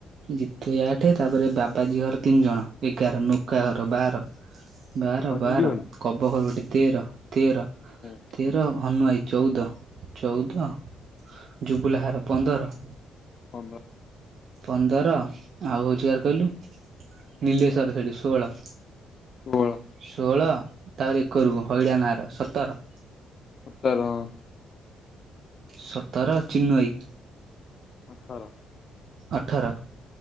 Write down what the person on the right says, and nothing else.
ଜିତୁ ଭାଇ ଆଠେ ତାପରେ ବାବାଜୀ ଘର ତିନି ଜଣ ଏଗାର ନୁକା ଘର ବାର। ବାର
ବାର କବ ଘର ଗୋଟେ ତେର ତେର।
ତେର ହନୁଭାଇ ଚଉଦ ଚଉଦ ଜୁବୁଲା ଘର ପନ୍ଦର।
ପନ୍ଦର ଆଉ ହଉଛି କାହାର କହିଲୁ। ନୀଲେଶ୍ଵର ସେଠି ସୋଳ।
ଷୋହଳ ତାପରେ ଏକରୁକୁ ହଇଡ଼ା ନାଁର ସତର।
ସତର ଚିନୁଭାଇ।
ଅଠର।